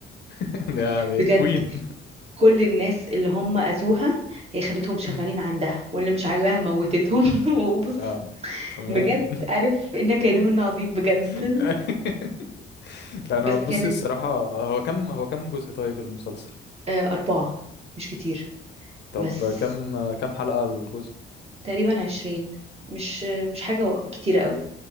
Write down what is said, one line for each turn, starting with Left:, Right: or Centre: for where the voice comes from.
Left: <laughs> ده ده
Right: بجد
Left: كوين
Right: كل الناس اللي هم أذوها هي خلتهم شغالين
Left: مم.
Right: عندها واللي مش عاجباها موتتهم <laughs> وبص
Left: اه تمام
Right: بجد عارف إن كيدهن عظيم بجد
Left: <laughs>
Right: <laughs>
Left: لا انا
Right: بس
Left: بصي
Right: كانت
Left: الصراحه هو كم هو كم جزء طيب المسلسل
Right: آه، أربعة مش كتير
Left: طب
Right: بس
Left: كم كم حلقة الجزء
Right: تقريبا عشرين مش مش حاجة كتيرة قوي